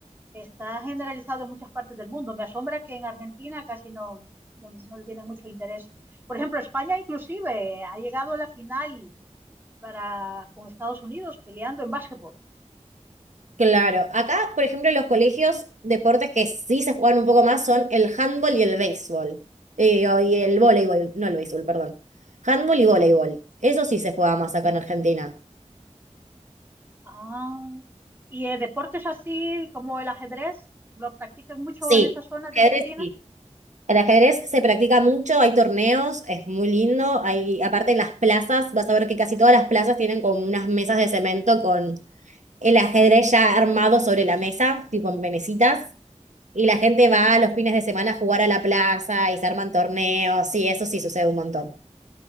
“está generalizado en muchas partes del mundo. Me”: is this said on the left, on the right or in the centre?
Right